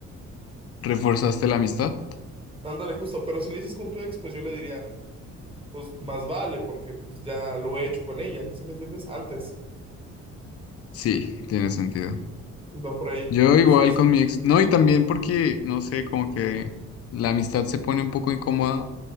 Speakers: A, on the left; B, on the right.
A: ¿Reforzaste la amistad?
B: Ándale, justo, pero si le dices con tu ex, pues yo le diría, pues más vale, porque pues ya lo he hecho con ella, ¿sí me entiendes? Antes,
A: Sí, tiene sentido.
B: va por ahí.
A: Yo igual
B: Y si les...
A: con mi ex. No, y también porque, no sé, como que la amistad se pone un poco incómoda